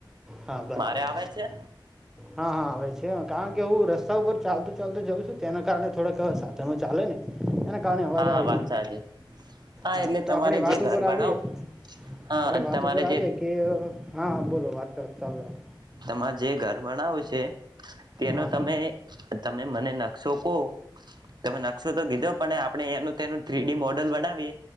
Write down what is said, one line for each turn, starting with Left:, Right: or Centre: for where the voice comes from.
Centre: હા બરાબર
Right: મારે આવે છે
Centre: હા હા આવે છે કારણ કે હું રસ્તા ઉપર ચાલતો ચાલતો જઉં છું તેના કારણે થોડાકવા સાધનો ચાલે ને એના કારણે અવાજ
Right: હા
Centre: આવી
Right: વાત
Centre: શકે
Right: સાચી
Centre: હા
Right: એટલે
Centre: તો
Right: તમારે
Centre: આપણી વાત
Right: જે
Centre: ઉપર
Right: ઘર બનાવો
Centre: આવીએ
Right: હા
Centre: આપણી વાત
Right: તમારે
Centre: ઉપર આવીએ
Right: જે
Centre: કે હા બોલો વાત ચાલુ રાખો
Right: તમામાં જે ગ ઘર બણવું છે તેનો
Centre: હા
Right: તમે તમે મને નકશો કહો તમે નકશો તો કીધો પણ આપણે એનું તેનું થ્રી ડી મોડલ બનાવીએ